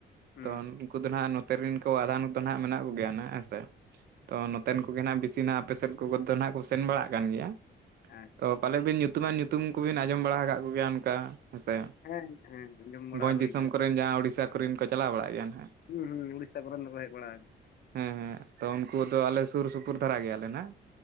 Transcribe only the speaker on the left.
ᱦᱩᱸ
<unintelligible>
ᱦᱮᱸ ᱟᱸᱡᱚᱢ ᱵᱟᱲᱟ
ᱦᱩᱭ
ᱠᱟᱱᱟ
ᱦᱩᱸ ᱦᱩᱸ ᱩᱤᱥᱥᱟ ᱠᱚᱨᱮᱱ ᱫᱚ ᱠᱚ ᱦᱮᱡ ᱵᱟᱲᱟ